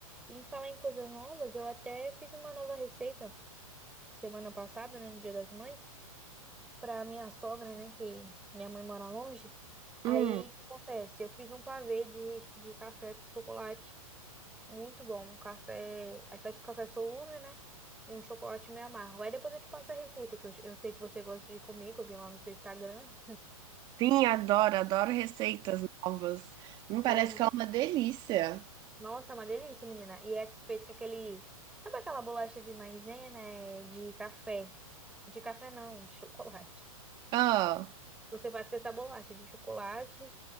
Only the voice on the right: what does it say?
Hum.
Sim, adoro, adoro receitas novas. Hum, parece
que é uma delícia.
Ah,